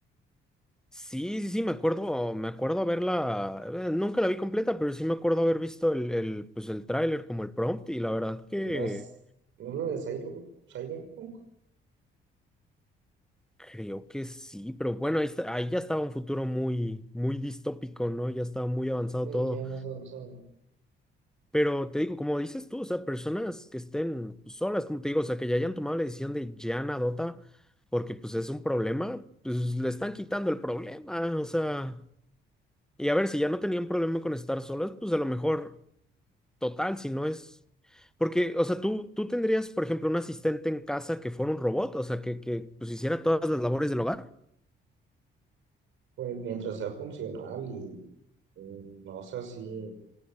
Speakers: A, in the centre; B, on the right (about 75°).
A: Sí, sí, sí, me acuerdo, me acuerdo haberla, eh, nunca la vi completa, pero sí me acuerdo haber visto el, el, pues el tráiler como el prompt y la verdad que
B: No es, no es la de cyber- Cyberpunk,
A: creo que sí, pero bueno, ahí, está- ahí ya estaba un futuro muy, muy distópico, ¿no? Ya estaba muy avanzado
B: de
A: todo,
B: IA más avanzado.
A: pero te digo, como dices tú, o sea, personas que estén pues, solas, como te digo, o sea, que ya hayan tomado la decisión de ya dota porque pues es un problema, pues le están quitando el problema, o sea, y a ver, si ya no tenían problema con estar solas, pues a lo mejor... total, si no es... Porque, o sea, tú, tú tendrías, por ejemplo, un asistente en casa que fuera un robot, o sea, que, que pues hiciera todas las labores del hogar.
B: Pues mientras sea funcional y mm, no sea así,